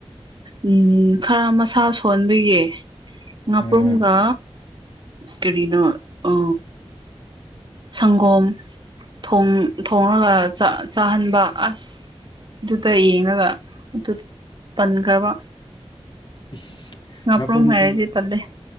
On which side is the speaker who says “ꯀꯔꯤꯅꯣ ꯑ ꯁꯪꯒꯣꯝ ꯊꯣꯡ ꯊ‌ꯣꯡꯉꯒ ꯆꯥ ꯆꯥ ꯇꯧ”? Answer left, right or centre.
Right